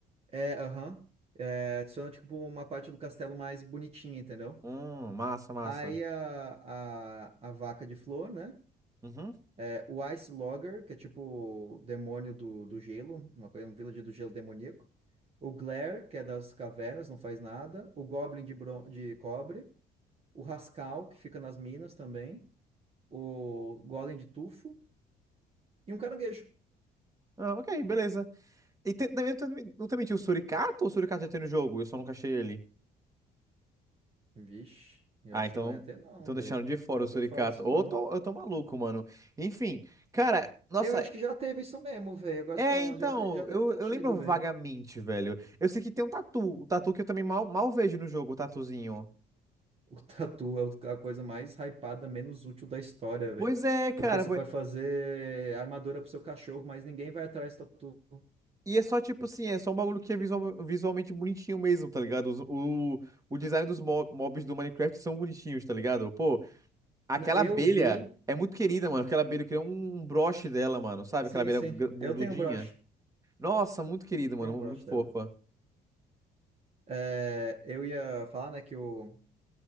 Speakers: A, on the right; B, on the right.
A: É, aham. É, adiciona, tipo, uma parte do castelo mais bonitinha, entendeu?
B: Hum, massa, massa.
A: Aí a, a, a vaca de flor, né?
B: Uhum.
A: É, o Ice Logger, que é tipo o demônio do, do gelo, uma coisa, um villager do gelo demoníaco. O Glare, que é das cavernas, não faz nada. O Goblin de, bron de cobre. O Rascal, que fica nas minas também. O Golem de tufo. E um caranguejo.
B: Ah, ok, beleza. E tem- também- também- não também tinha o Suricato ou o Suricato já tem no jogo? Eu só nunca achei ele.
A: Vixe, eu
B: Ah,
A: acho
B: então.
A: que não ia ter, não,
B: Então
A: velho.
B: deixaram de fora
A: Nunca
B: o Suricato.
A: ouvi falar disso,
B: Ou
A: não.
B: eu tô, eu tô maluco, mano. Enfim, cara, nossa.
A: Eu acho que já teve isso mesmo, velho. Agora
B: É,
A: se falando,
B: então,
A: já, de- já deve
B: eu,
A: ter
B: eu
A: tido,
B: lembro
A: velho.
B: vagamente, velho. Eu sei que tem um tatu. O tatu que eu também mal, mal vejo no jogo, o tatuzinho.
A: O tatu é a coisa mais hypada, menos útil da história,
B: Pois
A: velho.
B: é, cara.
A: Porque você pode fazer armadura pro seu cachorro, mas ninguém vai atrás do tatu.
B: E é só tipo assim, é só um bagulho que é visual- visualmente bonitinho mesmo, tá ligado? Os- O, o design dos mo- mobs do Minecraft são bonitinhos, tá ligado? Pô, aquela
A: Na- Eu
B: abelha
A: vi.
B: é muito querida, mano. Aquela abelha, eu queria um, um broche dela, mano, sabe?
A: Sim,
B: Aquela abelha
A: sim.
B: gra- bundudinha.
A: Eu tenho um broche.
B: Nossa, muito querida, mano,
A: Tenho um broche
B: muito fofa.
A: dela. É, eu ia falar, né, que o,